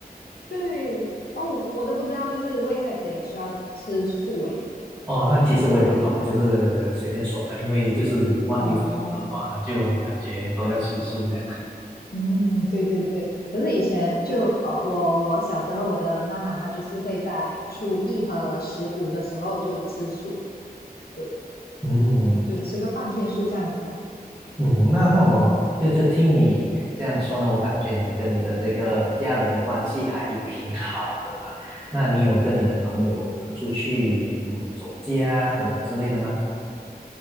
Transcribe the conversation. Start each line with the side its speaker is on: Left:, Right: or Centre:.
Left: 对哦，我都不知道，就是卫赛姐需要吃素诶。
Right: 哦，那其实我也不懂，我就是随便说的，因为就是有关于佛的话，
Left: 哦，
Right: 就感觉都要吃素这样。
Left: 嗯，对对对。可是以前就呃，我我小时候，我的妈妈她就是会在初一和十五的时候就吃素，对，
Right: 嗯
Left: 就吃个半天素这样子吧。
Right: 嗯，那那我就就听你这样说呢，我感觉你跟你的这个家人的关系还挺好的嘛。那你有跟你的朋友可能出去嗯走街啊等等之类的吗？